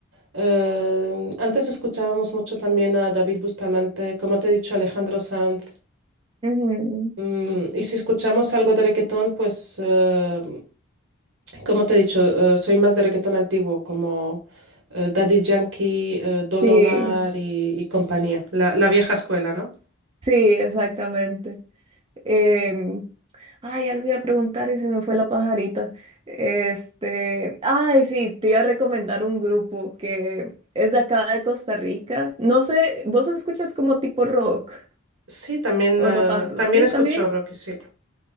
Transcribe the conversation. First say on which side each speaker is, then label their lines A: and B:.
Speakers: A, on the right (about 65°); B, on the right (about 25°).
A: Eh, antes escuchábamos mucho también a David Bustamante, como te he dicho, Alejandro Sanz.
B: Ujú.
A: Mm, y si escuchamos algo de reggaetón, pues, eh, como te he dicho, eh, soy más de reggaetón antiguo, como eh, Daddy Yankee, eh, Don
B: Sí,
A: Omar y, y compañía, la, la vieja escuela, ¿no?
B: sí, exactamente. Em, ay, algo iba a preguntar y se me fue la pajarita. Este, ay, sí, te iba a recomendar un grupo que es de acá de Costa Rica. No sé, ¿vos escuchas como tipo rock
A: Sí, también,
B: o
A: ah,
B: no tanto?
A: también
B: Sí,
A: escucho
B: también.
A: rock, sí.